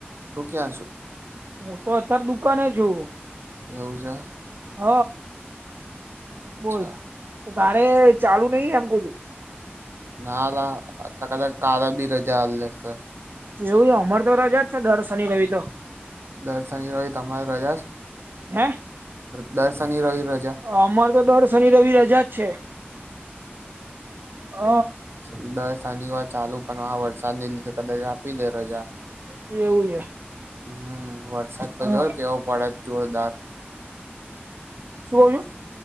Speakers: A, on the right (about 75°); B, on the right (about 55°).
A: તુ ક્યાં શું?
B: હું તો અત્યારે દુકાને છુ
A: એવું છે
B: હ
A: અચ્છા
B: બોલ તો તારે ચાલુ નહી એમ કુ છું
A: ના લા આ કદાચ કાલે બી રજા આલેશે
B: એવુ અમાર તો રજા જ છે, દર ર્નિ રવિ તો
A: દર શની રવી તમારી રજા છે,
B: હે
A: દર શની રવિ ર જા
B: અમાર તો દર શનિ રવિ રજા જ છે હ
A: <unintelligible> દ શનિવાર ચાલુ પણ આ વરસાદ ને લીધે કદાચ આપી દે રજા
B: એવું છે.
A: હમ વરસાદ તો
B: હ
A: જોય કેવો પડે જોરદાર
B: શુ કવ છો?